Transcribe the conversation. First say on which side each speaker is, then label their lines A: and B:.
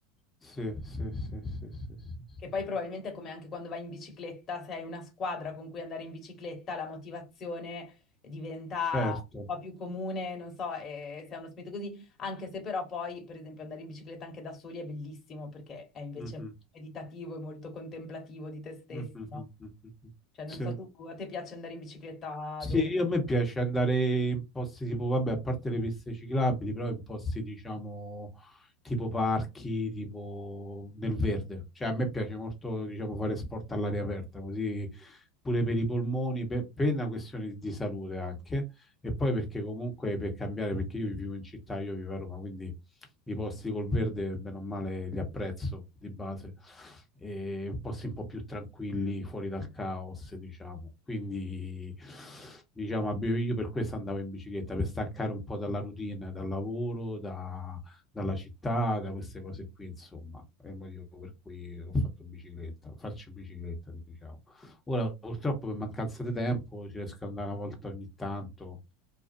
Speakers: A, on the left (about 15°); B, on the left (about 35°).
A: Sì, sì, sì, sì, sì, sì, sì,
B: Che poi
A: sì.
B: probabilmente è come anche quando vai in bicicletta, se hai una squadra con cui andare in bicicletta, la motivazione diventa
A: Certo.
B: un po' più comune, non so, eh, se è uno spirito così, anche se però poi, per esempio, andare in bicicletta anche da soli è bellissimo perché è invece
A: Mhm,
B: molto meditativo e molto contemplativo di te stesso,
A: mhm,
B: no?
A: mhm, mhm.
B: Cioè, non
A: Sì.
B: so tu, a te piace andare in bicicletta
A: Sì,
B: dove?
A: io a me piace andare in posti tipo, vabbè, a parte le piste ciclabili, però in posti, diciamo, tipo parchi, tipo nel verde. Cioè, a me piace molto, diciamo, fare sport all'aria aperta, così pure per i polmoni, per, per una questione di, di salute anche, e poi perché comunque per cambiare, perché io vivo in città, io vivo a Roma, quindi i posti col verde, bene o male, li apprezzo di base, e posti un po' più tranquilli, fuori dal caos, diciamo. Quindi, diciamo, abbi- io per questo andavo in bicicletta, per staccare un po' dalla routine, dal lavoro, da- dalla città, da queste cose qui, insomma. È il motivo per cui ho fatto bicicletta, faccio bicicletta, diciamo. Ora, purtroppo, per mancanza di tempo, ci riesco ad andare una volta ogni tanto